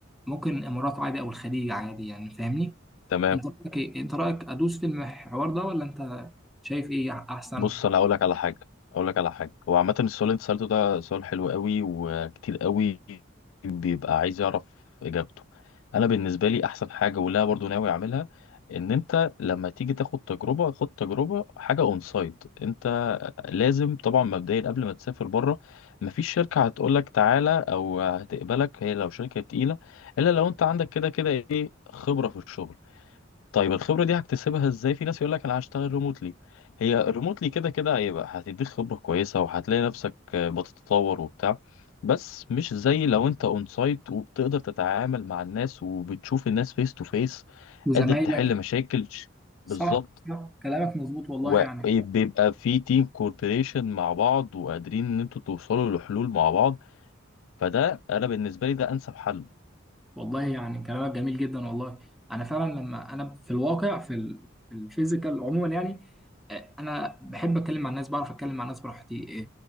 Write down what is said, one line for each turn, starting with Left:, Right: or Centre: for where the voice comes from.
Centre: ممكن الإمارات عادي أو الخليج عادي يعني فاهمني؟
Left: تمام
Centre: أنت رأيك إيه؟ أنت رأيك أدوس في الحوار ده ولا أنت شايف إيه أحسن؟
Left: بص انا هقول لك على حاجه هقول لك على حاجه هو عامه السؤال اللي انت سالته ده سؤال حلو قوي وكتير قوي بيبقى عايز يعرف اجابته انا بالنسبه لي احسن حاجه ولا برضو ناوي اعملها ان انت لما تيجي تاخد تجربه خد تجربه حاجه اون سايت انت لازم طبعا مبدئيا قبل ما تسافر بره مفيش شركه هتقول لك تعالى او هتقبلك هي لو شركه تقيله الا لو انت عندك كده كده ايه خبره في الشغل طيب الخبرة دي هكتسبها ازاي؟ في ناس يقول لك انا هشتغل ريموتلي هي ريموتلي كده كده هيبقى هتديك خبرة كويسة وهتلاقي نفسك آه، بتتطور وبتاع بس مش زي لو انت اون سايت وبتقدر تتعامل مع الناس وبتشوف الناس فيس تو فيس
Centre: وزمايلك
Left: قادر تحل مشاكل ش- بالظبط
Centre: صح صح كلامك مظبوط والله
Left: وبيبقى
Centre: يعني
Left: في تيم كوربريشن مع بعض وقادرين ان انتوا توصلوا لحلول مع بعض فده انا بالنسبة لي ده انسب حل
Centre: والله يعني كلامك جميل جدا والله انا فعلا لما انا في الواقع في ال- في الفيزيكال عموما يعني آه، انا بحب اتكلم مع الناس بعرف اتكلم مع الناس براحتي